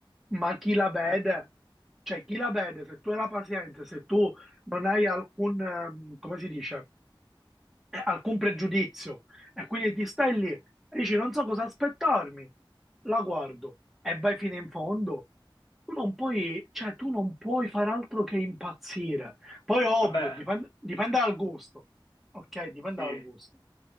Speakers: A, in the centre; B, on the left.
A: ma chi la vede?
B: Eh,
A: Cioè, chi la vede? Se tu hai la pazienza, se tu non hai alcun, ehm, come si dice? eh, alcun pregiudizio. E quindi ti stai lì e dici non so cosa aspettarmi, la guardo e vai fino in fondo. Tu non puoi, cioè, tu non puoi fare altro che impazzire. Poi ovvio,
B: Vabbè,
A: dipende, dipende dal gusto. Ok, dipende
B: sì.
A: dal gusto.